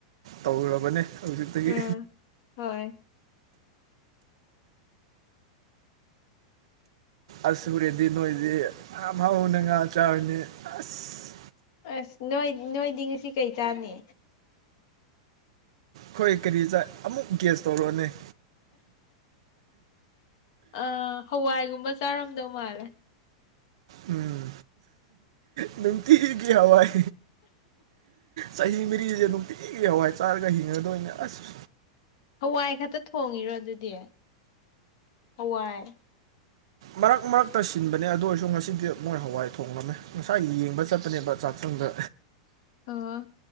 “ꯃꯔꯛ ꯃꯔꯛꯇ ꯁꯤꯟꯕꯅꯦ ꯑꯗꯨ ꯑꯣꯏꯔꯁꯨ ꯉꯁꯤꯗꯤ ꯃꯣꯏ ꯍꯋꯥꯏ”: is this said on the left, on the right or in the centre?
Right